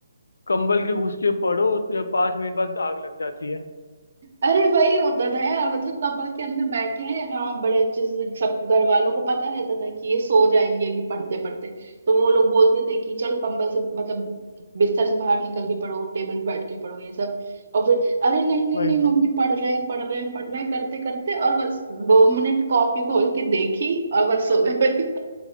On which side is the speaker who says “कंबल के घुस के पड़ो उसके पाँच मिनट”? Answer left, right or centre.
Left